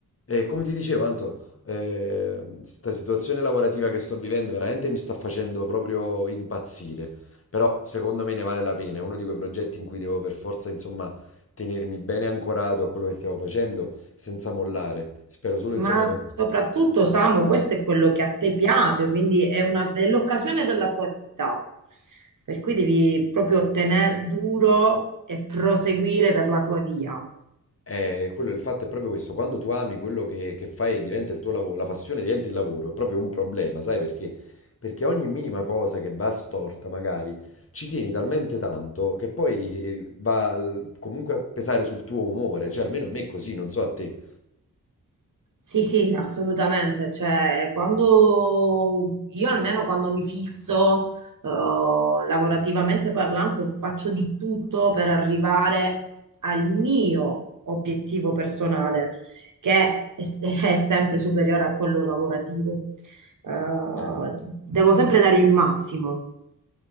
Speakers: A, on the left (about 40°); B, on the right (about 60°).
A: E come ti dicevo, Anto, questa situazione lavorativa che sto vivendo veramente mi sta facendo proprio impazzire. Però secondo me ne vale la pena. È uno di quei progetti in cui devo per forza, insomma, tenermi bene ancorato a quello che stiamo facendo senza mollare. Spero solo,
B: Ma
A: insomma, che
B: soprattutto, Samu, questo è quello che a te piace, quindi è una- è l'occasione della tua vita. Per cui devi proprio tener duro e proseguire per la tua via.
A: Eh, quello, il fatto è proprio questo, quando tu ami quello che, che fai e diventa il tuo lavoro, la passione diventa il lavoro, è proprio un problema, sai perché? Perché ogni minima cosa che va storta, magari, ci tieni talmente tanto che poi eh, va al- comunque a pesare sul tuo umore, cioè almeno a me è così, non so a te.
B: Sì, sì, assolutamente. Cioè, quando io almeno quando mi fisso, eh, lavorativamente parlando, faccio di tutto per arrivare al mio obiettivo personale, che è, <laughs> è sempre superiore a quello lavorativo. Eh,
A: Eh.
B: devo sempre dare il massimo.